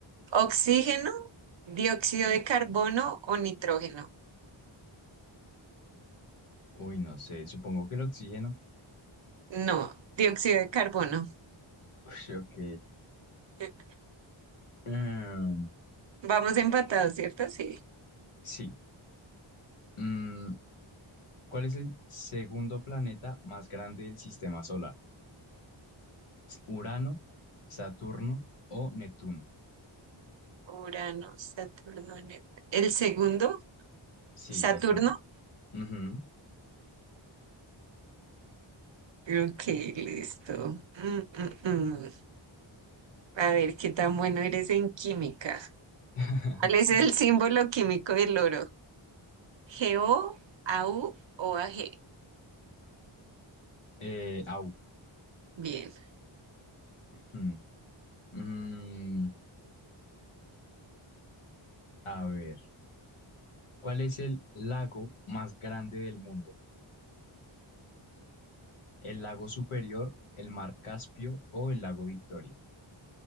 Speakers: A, on the right; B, on the left.
A: ¿Oxígeno, dióxido de carbono o nitrógeno?
B: Uy, no sé, supongo que el oxígeno.
A: No, dióxido de carbono.
B: <laughs> Uy, ok.
A: Eh,
B: Em,
A: Vamos empatados, ¿cierto? Sí.
B: sí. Mm, ¿cuál es el segundo planeta más grande del sistema solar? ¿Es ¿Urano, Saturno o Neptuno?
A: Urano, Saturno, Neptuno. El segundo,
B: Sí,
A: Saturno.
B: Saturno. Ujú.
A: Ok, listo. Mm, mm, mm. A ver, qué tan bueno eres en química.
B: <laughs>
A: ¿Cuál es el símbolo químico del oro? ¿GO, AU o AG?
B: Eh, au.
A: Bien.
B: Mm. Mm, a ver, ¿cuál es el lago más grande del mundo? ¿El lago Superior, el mar Caspio o el lago Victoria?